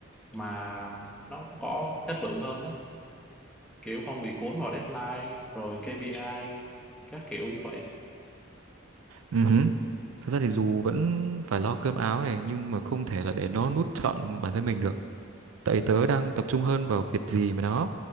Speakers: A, in the centre; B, on the right.
A: mà nó có chất lượng hơn đó kiểu không bị cuốn vào deadline rồi KPI các kiểu như vậy
B: Ừ hứ. Thật ra thì dù vẫn phải lo cơm áo này nhưng mà không thể là để nó nuốt trọn bản thân mình được. Tại vì tớ đang tập trung hơn vào việc gì mà nó